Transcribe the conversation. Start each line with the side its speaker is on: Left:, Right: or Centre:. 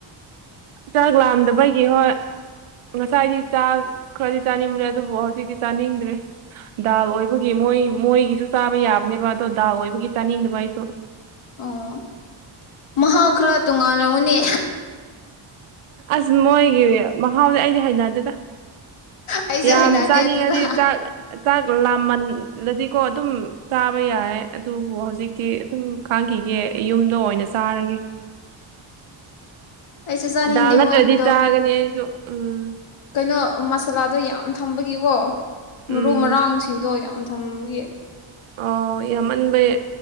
Right: ꯆꯥꯛ ꯂꯥꯑꯝꯗꯕꯒꯤ ꯍꯣꯏ ꯉꯁꯥꯏꯗꯤ ꯆꯥ ꯈꯔꯗꯤ ꯆꯥꯅꯤꯡꯕ꯭ꯔꯦ ꯑꯗꯨꯕꯨ ꯍꯧꯖꯤꯛꯇꯤ ꯆꯥꯅꯤꯡꯗ꯭ꯔꯦ ꯗꯥꯜ ꯑꯣꯏꯕꯒꯤ ꯃꯣꯏ ꯃꯣꯏꯒꯤꯁꯨ ꯆꯥꯕ ꯌꯥꯕꯅꯦꯕ ꯑꯗꯣ ꯗꯥꯜ ꯑꯣꯏꯕꯒꯤ ꯆꯥꯅꯤꯡꯗꯕ ꯑꯩꯁꯨ
Left: ꯑꯣ ꯃꯍꯥꯎ ꯈꯔ ꯇꯣꯉꯥꯟꯅꯨꯅꯦ
Right: ꯑꯁ ꯃꯣꯏꯒꯤ ꯃꯍꯥꯎꯗꯤꯦ ꯑꯩꯗꯤ ꯍꯩꯅꯗꯦꯗ
Left: ꯑꯩꯁꯨ
Right: ꯌꯥꯝ
Left: ꯍꯩꯅꯗꯦ
Right: ꯆꯥꯅꯤꯡꯉꯗꯤ
Left: ꯑꯗꯨꯗ
Right: ꯆꯥꯛ ꯆꯥꯛ ꯂꯥꯃꯜꯂꯗꯤ ꯀꯣ ꯑꯗꯨꯝ ꯆꯥꯕ ꯌꯥꯔꯦ ꯑꯗꯨꯕꯨ ꯍꯧꯖꯤꯛꯇꯤ ꯑꯗꯨꯝ ꯈꯥꯡꯈꯤꯒꯦ ꯌꯨꯝꯗꯣ ꯑꯣꯏꯅ ꯆꯥꯔꯒꯦ
Left: ꯑꯩꯁꯨ ꯆꯥꯅꯤꯡꯗꯦ
Right: ꯗꯥꯜ ꯅꯠꯇ꯭ꯔꯗꯤ
Left: ꯃꯣꯏꯛꯇꯣ
Right: ꯆꯥꯒꯅꯤ ꯑꯩꯁꯨ ꯎꯝ
Left: ꯀꯩꯅꯣ ꯃꯁꯥꯂꯥꯗꯣ ꯌꯥꯝ ꯊꯝꯕꯒꯤꯀꯣ ꯃꯔꯨ
Right: ꯎꯝ
Left: ꯃꯔꯥꯡꯁꯤꯡꯗꯣ ꯌꯥꯝ ꯊꯝꯕꯒꯤ
Right: ꯑꯣ ꯌꯥꯝꯃꯟꯕꯩ